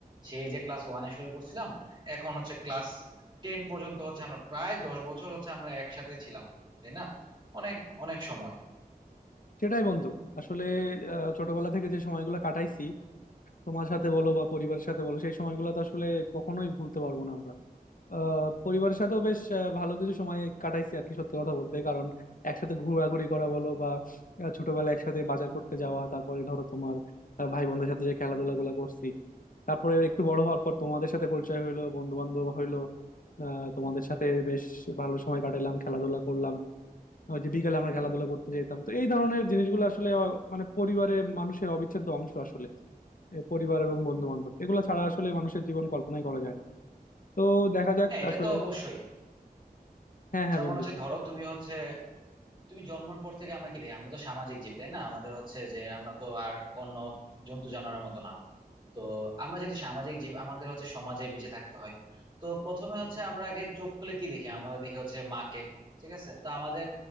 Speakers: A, on the right; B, on the left.
A: সেই যে ক্লাস ওয়ানে শুরু করছিলাম এখন হচ্ছে ক্লাস টেন পর্যন্ত হচ্ছে আমরা প্রায় দশ বছর হচ্ছে আমরা একসাথে ছিলাম তাই না অনেক অনেক সময়
B: সেটাই বন্ধু আসলে আহ, ছোটবেলা থেকে যে সময়গুলো কাটাইছি তোমার সাথে বলো বা পরিবারের সাথে বলো সেই সময়গুলো তো আসলে কখনোই ভুলতে পারবো না আমরা আহ পরিবারের সাথেও বেশ আহ, ভালো কিছু সময় কাটাইছি আর কি সত্যি কথা বলতে কারণ একসাথে ঘোরাঘুরি করা বলো বা আহ, ছোটবেলায় একসাথে বাজার করতে যাওয়া তারপরে ধরো তোমার আহ, ভাই বোনদের সাথে যে খেলাধুলা গুলা করছি তারপরে একটু বড় হওয়ার পর তোমাদের সাথে পরিচয় হইলো বন্ধু বান্ধব হইলো আহ, তোমাদের সাথে বেশ ভালো সময় কাটালাম খেলাধুলা করলাম ওই যে বিকালে আমরা খেলাধুলা করতে যেতাম তো এই ধরনের জিনিসগুলো আসলে আহ, মানে পরিবারের মানুষের অবিচ্ছেদ্য অংশ আসলে এ পরিবার এবং বন্ধু বান্ধব এগুলো ছাড়া আসলে মানুষের জীবন কল্পনাই করা যায় না তো দেখা যাক
A: হ্যাঁ এটা
B: আসলে
A: তো অবশ্যই
B: হ্যাঁ হ্যাঁ
A: যেমন
B: বন্ধু
A: হচ্ছে ধরো তুমি হচ্ছে তুমি জন্মের পর থেকে আমরা কি দেখি আমরা তো সামাজিক জীব তাই না আমাদের হচ্ছে যে আমরা তো আর অন্য জন্তু জানোয়ারের মতো না তো আমরা যেহেতু সামাজিক জীব আমাদের হচ্ছে সমাজে বেঁচে থাকতে হয় তো প্রথমে হচ্ছে আমরা আগে চোখ খুলে কি দেখি আমরা দেখি হচ্ছে মাকে ঠিক আছে তো আমাদের